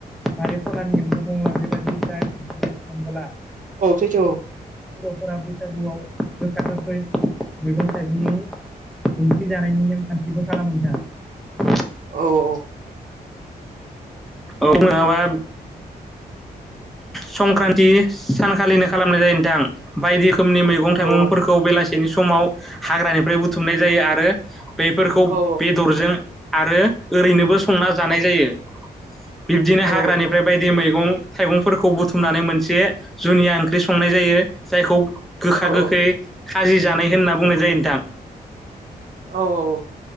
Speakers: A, in the centre; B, on the right (about 50°).
A: बारि खनानि एमबु बंग्ला बेबायदि जा गिदिर जंगिला
B: औ सैथो औ
A: बर'फोरा बैसागुआव गोखा गोखै मैगं थाइगंनि ओंख्रि जानायनि नेमखान्थिबो खालामो नोंथां।
B: औ औ
A: औवा संक्रान्ति सानखालिनो खालामनाय जायो नोंथां बायदि रोखोमनि मैगं थाइगंफोरखौ
B: औ
A: बेलासिनि समाव हाग्रानिफ्राय बुथुमनाय जायो आरो बैफोरखौ
B: औ
A: बेदरजों आरो ओरैनोबो संना जानाय जायो। बिब्दिनो हाग्रानिफ्राय
B: औ
A: बायदि मैगं थाइगंफोरखौ बुथुमनानै मोनसे जुनिया ओंख्रि संनाय जायो जायखौ गोखा
B: औ
A: गोखै खाजि जानाय होनना बुंनाय जायो नोंथां।
B: औ औ औ